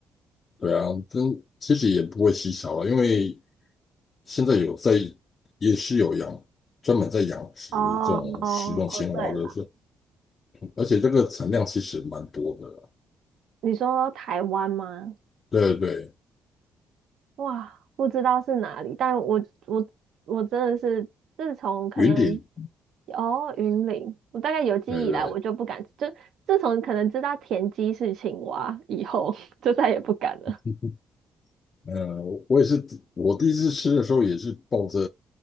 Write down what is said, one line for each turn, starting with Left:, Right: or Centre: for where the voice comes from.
Left: 对啊，但其实也不会稀少了，因为现在有在也是有养专门在养殖这种食用青蛙的，
Right: 哦哦哦，对了，
Left: 而且这个产量其实蛮多的啦
Right: 你说台湾吗？
Left: 对对对，
Right: 哇，不知道是哪里，但我我我真的是自从可能
Left: 云顶，
Right: 哦云林，我大概有记忆以来，
Left: 对对
Right: 我就不敢，就自从可能知道田鸡是青蛙以后，<laughs> 就再也不敢了。
Left: 对。呃，我也是，我第一次吃的时候也是抱着